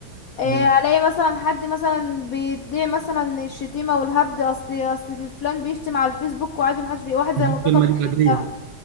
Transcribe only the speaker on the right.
مم.
دي
الكلمة
دي غبية